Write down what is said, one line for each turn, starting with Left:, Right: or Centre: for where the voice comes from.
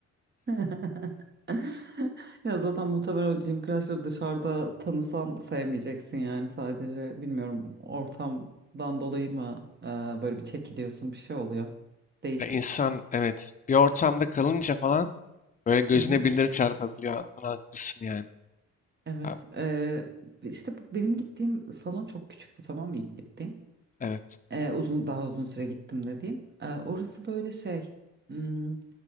Right: <laughs> Ya zaten muhtemelen o Jim Crash'ı dışarıda tanısan sevmeyeceksin yani sadece bilmiyorum ortamdan dolayı mı e, böyle bir çekiliyorsun bir şey oluyor. Değişik.
Left: Ya insan evet bir ortamda kalınca falan böyle gözüne
Right: Hı hı.
Left: birileri çarpabiliyor. Anladın haklısın yani.
Right: Evet
Left: Ha,
Right: e, işte benim gittiğim salon çok küçüktü tamam mı ilk gittiğim.
Left: evet
Right: E, uzun daha uzun süre gittim dediğim. E, orası böyle şey hmm,